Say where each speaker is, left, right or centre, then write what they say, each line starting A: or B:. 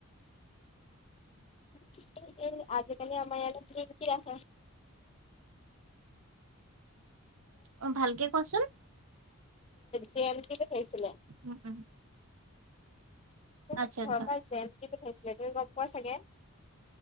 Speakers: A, on the left; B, on the right.
A: এই আজিকালি আমাৰ ইয় কি ৰাখা
B: অ' ভালকে কচোন।
A: জেলিকে খাইছিলে?
B: উম, উম।
A: ঘৰৰ
B: আচ্ছা আচ্ছা
A: পৰা জেন বুলি পঠাইছিলে তুমি গম পোৱা চাগে!